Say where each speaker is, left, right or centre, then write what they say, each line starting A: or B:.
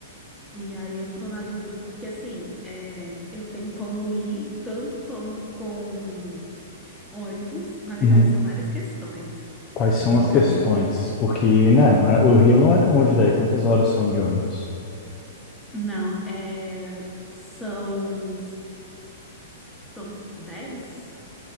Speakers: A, in the centre; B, on the left.
A: E aí eu tô na dúvida porque assim, é, eu tenho como ir tanto como com ônibus, na verdade
B: Uhum.
A: são várias questões.
B: Quais são
A: Deslocamento,
B: as questões? Porque, né, não é- o Rio não é tão longe daí. Quantas horas são de ônibus?
A: não, é, são são dez